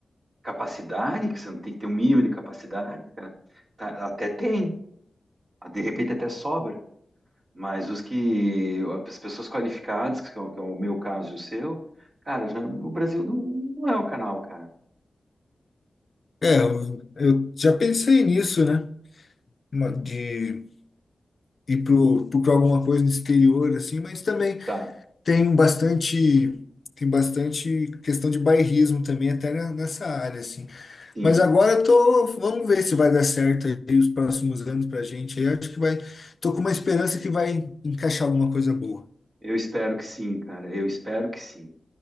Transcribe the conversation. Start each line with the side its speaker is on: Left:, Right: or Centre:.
Right: capacidade, que você não tem que ter um mínimo de capacidade, cara, tá- até tem. De repente até sobra. Mas os que, as pessoas qualificadas, que é o que é o meu caso e o seu, cara, já, o Brasil não, não é o canal, cara.
Left: É, eu, eu já pensei nisso, né? Uma- De ir pro, pro, pra alguma coisa no exterior, assim, mas também
Right: Tá,
Left: Tem bastante, tem bastante questão de bairrismo também, até na- nessa área, assim.
Right: sim.
Left: Mas agora eu tô, vamos ver se vai dar certo aí os próximos anos pra gente. aí. Eu acho que vai, tô com uma esperança que vai encaixar alguma coisa boa.
Right: Eu espero que sim, cara. Eu espero que sim.